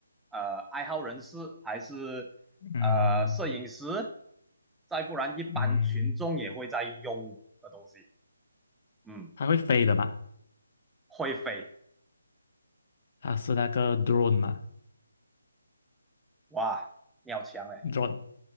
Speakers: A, in the centre; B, on the left.
A: 呃爱好人士，还是呃摄影师，
B: 嗯
A: 再不然一般群众也会在用的东西。
B: 嗯，
A: 嗯，
B: 它会飞的吧？
A: 会飞，
B: 它是那个 drone 嘛
A: 哇，你好强哎！
B: ？drone